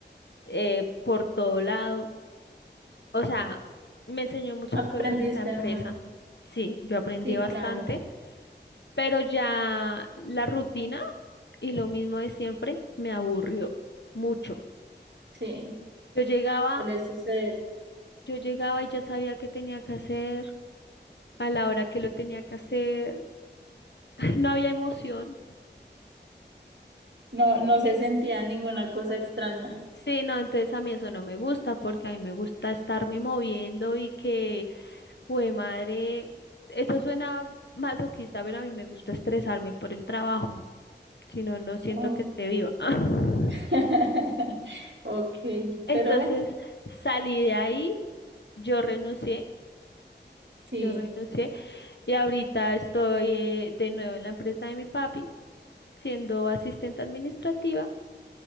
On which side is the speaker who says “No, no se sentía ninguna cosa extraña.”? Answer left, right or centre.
Right